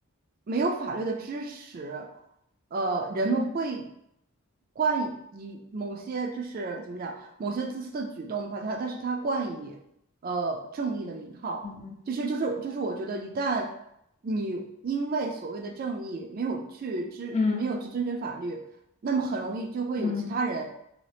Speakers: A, on the right (about 40°); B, on the left (about 30°).
A: 没有法律的支持，呃，人们会
B: 嗯
A: 冠以某些就是怎么讲，某些自私的举动，把它，但是它冠以呃正义的名号。
B: 嗯
A: 就是就是就是，我觉得一旦你因为所谓的正义没有去知，
B: 嗯
A: 没有去遵循法律，那么很容易就会有其他人
B: 嗯